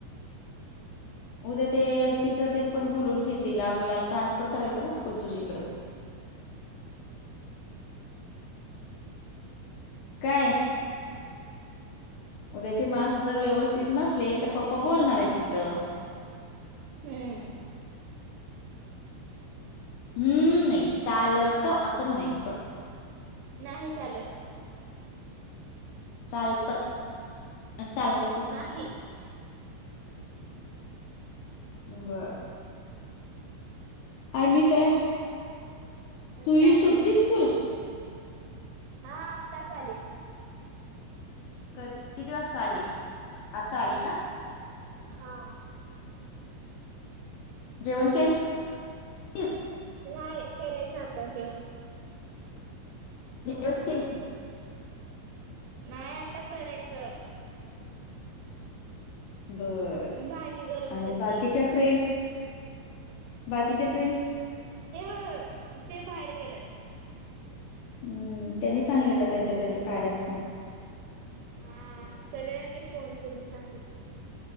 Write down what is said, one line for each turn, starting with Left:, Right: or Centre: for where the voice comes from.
Left: उद्या ते एलसीच ते आपण बोलून घेतील. आपल्याला ट्रान्सफर करायचं ना स्कूल तुझी इकडे.
Right: <unintelligible>
Left: काय? उद्याचे मार्क्स जर व्यवस्थित नसले. तर पप्पा बोलणारेत तिथं.
Right: हम्म.
Left: अम्म नाही चालत असं म्हणायचं.
Right: नाही चालत.
Left: चालत आणि चालवाय
Right: नाही.
Left: बर. आणि काय?
Right: आणि
Left: तुझी
Right: काय
Left: सुटली
Right: नाही बघ.
Left: स्कूल
Right: हा आत्तास आले.
Left: क किती वाजता आली. आत्ता आली का?
Right: हा
Left: जेवण केल तीस?
Right: नाही, करायचं आता जेवण.
Left: जीव <inaudible>
Right: नाही आता करायचं.
Left: बर,
Right: भाजी गरम
Left: आणि
Right: करतेय
Left: बाकीच्या. फ्रेंड्स. बाकीचे फ्रेंड्स.
Right: ते ते बाहेर गेलेत.
Left: हम्म त्यांनी सांगलीत त्यांच्या त्यांच्या पॅरेंट्सना.
Right: हा सगळ्यांनी फोन करून सांगितले.